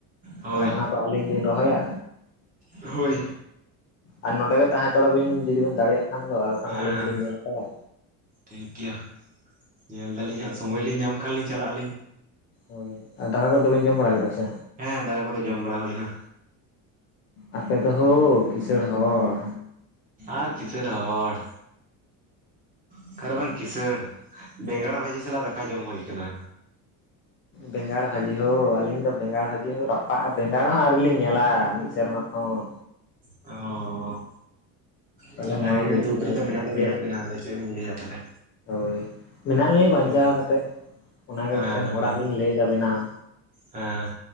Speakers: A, on the right; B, on the left.
A: ᱦᱳᱭ
B: ᱛᱟᱦᱚᱞᱮ ᱚᱱᱟᱠᱚ ᱟᱹᱞᱤᱧ ᱞᱤᱧ ᱨᱚᱦᱚᱭᱟᱼᱼ
A: ᱦᱳᱭ᱾
B: ᱟᱨ ᱱᱚᱸᱰᱮ ᱜᱮ ᱛᱟᱦᱮᱸ ᱛᱟᱦᱮ ᱦᱟᱛᱟᱲᱚᱜ ᱵᱤᱱ ᱡᱩᱫᱤ ᱵᱤᱱ ᱫᱟᱲᱮᱭᱟᱜ ᱠᱷᱟᱱ ᱫᱚ ᱟᱨ ᱵᱟᱠᱷᱟᱱ
A: ᱦᱮᱸ
B: ᱟᱹᱞᱤᱧ ᱜᱮᱞᱤᱧ ᱧᱮᱞ ᱦᱟᱛᱟ ᱲᱟ
A: ᱴᱷᱤᱠ ᱜᱮᱭᱟ ᱧᱮᱞ ᱫᱟᱞᱤᱧ
B: ᱦᱳᱭ
A: ᱦᱟᱸᱜ ᱥᱚᱢᱚᱭ ᱞᱤᱧ ᱧᱟᱢ ᱠᱷᱟᱱ ᱞᱤᱧ ᱪᱟᱞᱟᱜ ᱟᱹᱞᱤᱧ
B: ᱦᱳᱭ ᱟᱨ ᱫᱟᱠᱟ ᱠᱚᱫᱚ ᱵᱮᱱ ᱡᱚᱢ ᱵᱟᱲᱟ ᱠᱮᱫᱟ ᱥᱮ?
A: ᱦᱮᱸ ᱫᱟᱠᱟ ᱠᱚᱫᱚ ᱡᱚᱢ ᱵᱟᱲᱟ ᱦᱩᱭ ᱮᱱᱟ
B: ᱟᱯᱮ ᱫᱚ ᱦᱳ ᱠᱤᱥᱟᱹᱬ ᱦᱚᱲ,
A: ᱟᱨ ᱠᱤᱥᱟᱹᱬ ᱦᱚᱲ, ᱚᱠᱟ ᱨᱮ ᱵᱟᱝ ᱠᱤᱥᱟᱹᱬ ᱵᱮᱸᱜᱟᱲ ᱵᱷᱟᱹᱡᱤ ᱥᱟᱞᱟᱜ ᱫᱟᱠᱟ ᱡᱚᱢ ᱦᱩᱭᱟᱠᱟᱱᱟ᱾
B: ᱵᱮᱸᱜᱟᱲ ᱵᱷᱟᱹᱡᱤ ᱦᱳ ᱟᱹᱞᱤᱧ ᱫᱚ ᱵᱮᱸᱜᱟᱲ ᱵᱷᱟᱹᱡᱤ ᱦᱚᱸ ᱨᱟᱯᱟᱜᱼᱟ ᱵᱮᱸᱜᱟᱲ ᱦᱚᱸ ᱟᱹᱣᱨᱤ ᱞᱤᱧ ᱧᱮᱞᱟ ᱢᱤᱫ ᱥᱮᱨᱢᱟ ᱠᱷᱚᱱ,
A: ᱚᱻ
B: ᱛᱟᱦᱚᱞᱮ
A: ᱛᱟᱦᱞᱮ ᱵᱷᱟᱜᱤ
B: ᱢᱟ
A: ᱜᱮ
B: ᱵᱩᱡᱽ
A: ᱫᱩᱠ
B: ᱵᱤᱱ
A: ᱨᱮᱫᱚ ᱢᱮᱱᱟᱜ ᱫᱚ
B: ᱪᱮᱫ
A: ᱢᱮᱱᱟᱜ ᱵᱤᱱᱟ ᱟᱫᱚ ᱪᱮᱫ ᱞᱤᱧ ᱞᱟᱹᱭᱟ ᱛᱟᱦᱚᱞᱮ᱾
B: ᱦᱳᱭ ᱢᱮᱱᱟᱜ ᱞᱤᱧᱟᱹ ᱵᱟᱧᱪᱟᱣ
A: ᱦᱳᱭ
B: ᱠᱟᱛᱮᱫ ᱚᱱᱟᱜᱮ
A: ᱦᱮᱸ
B: ᱢᱤᱫᱴᱮᱱ
A: ᱦᱮᱸ
B: ᱚᱲᱟᱜ ᱞᱤᱧ ᱞᱟᱹᱭᱫᱟ ᱵᱮᱱᱟᱣ
A: ᱦᱮᱸ